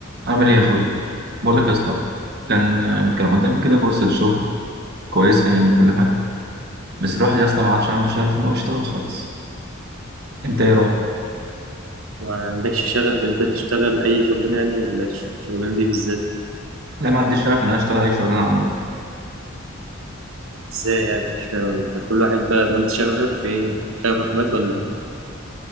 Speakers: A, on the right (about 55°); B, on the right (about 75°).
A: عامل ايه يا اخويا بقول لك يا اسطى كان كان قدامي كده فرصه شغل كويسه يعني وكل حاجه بس الواحد يا اسطى ما عادش عنده شغف ان هو يشتغل خالص انت ايه رايك
B: ما عندكش شغف إن أنت تشتغل أي شغلانة يعني ولا الشغلانة دي بالذات
A: لا ما عنديش شغف ان انا اشتغل اي شغلانه عموما
B: إزاي يعني مش فاهم أنت كل واحد بقى ما أنت شغفك في إيه يعني؟ شغفك مات ولا إيه؟